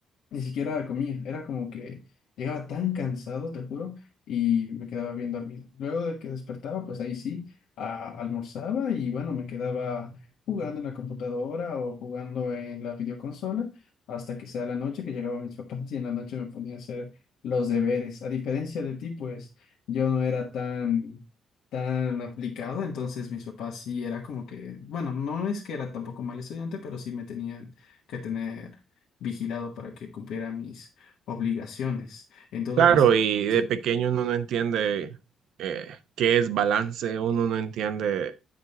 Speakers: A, on the left; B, on the right.
A: ni siquiera comía. Era como que llegaba tan cansado, te juro y me quedaba bien dormido. Luego de que despertaba, pues ahí sí, a- almorzaba y bueno, me quedaba jugando en la computadora o jugando en la videoconsola hasta que sea la noche que llegaban mis papás y en la noche me ponía a hacer los deberes. A diferencia de ti, pues yo no era tan tan aplicado, entonces mis papás sí era como que, bueno, no es que era tampoco mal estudiante, pero sí me tenían que tener vigilado para que cumpliera mis obligaciones. En todo
B: Claro,
A: caso,
B: y de
A: sí.
B: pequeño uno no entiende eh, qué es balance, uno no entiende